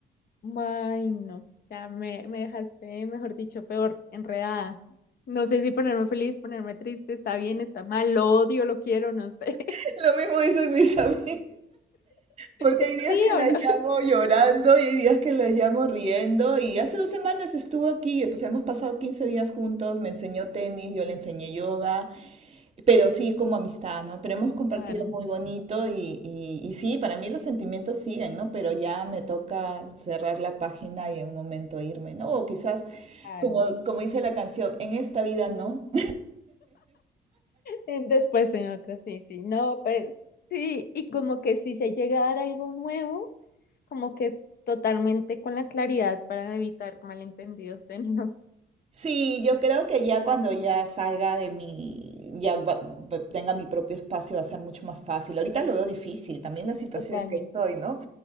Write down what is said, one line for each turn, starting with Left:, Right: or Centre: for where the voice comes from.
Left: Ay, no. Ya me, me dejaste, mejor dicho, peor, enredada. No sé si ponerme feliz, ponerme triste, está bien, está mal, lo odio, lo quiero, no sé.
Right: <laughs> Lo mismo dicen mis <laughs> amigos. Porque
Left: <laughs>
Right: hay días
Left: ¿Sí
Right: que las
Left: o no?
Right: llamo llorando y hay días que las llamo riendo. Y hace dos semanas estuvo aquí, pues hemos pasado 15 días juntos, me enseñó tenis, yo le enseñé yoga, pero sí como amistad, ¿no? Pero hemos compartido
Left: Claro,
Right: muy bonito y, y, y sí, para mí los sentimientos siguen, ¿no? Pero ya me toca cerrar la página y en un momento irme, ¿no? O quizás,
Left: claro.
Right: como, como dice la canción, en esta vida no,
Left: Eh, Después en otra, sí, sí. No, pues sí. Y como que si se llega a dar algo nuevo, como que totalmente con la claridad para evitar malentendidos de no.
Right: Sí, yo creo que ya cuando ya salga de mi, ya va- va- tenga mi propio espacio va a ser mucho más fácil. Ahorita lo veo difícil, también
Left: <laughs>
Right: la situación
Left: Totalmente.
Right: en que estoy, ¿no?